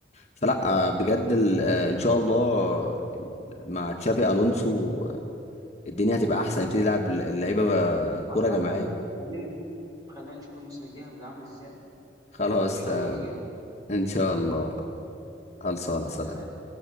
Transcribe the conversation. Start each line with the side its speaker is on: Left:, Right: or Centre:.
Left: فلا آه، بجد ال- آه، ان شاء الله ال- مع تشافي الونسو آه، الدنيا هتبقى احسن يبتدي يلعب اللعيبه آه، كوره
Right: عامة
Left: جماعيه
Right: خلينا نشوف خلينا نشوف الموسم الجاي هيبقى عامل ازاي
Left: خلاص
Right: وان شاء
Left: آه،
Right: الله خير يعني
Left: ان شاء الله
Right: يلا
Left: خلصانه سلام
Right: سلام